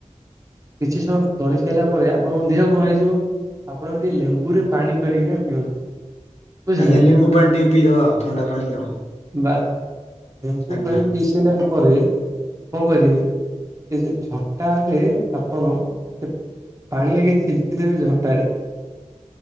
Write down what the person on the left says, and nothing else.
ଆଜ୍ଞା
ଲେମ୍ବୁ ପାଣି ଟିକେ ପିଇଦବା ଆଉ ଥଣ୍ଡା ପାଣି ଆଉ।
ଆଜ୍ଞା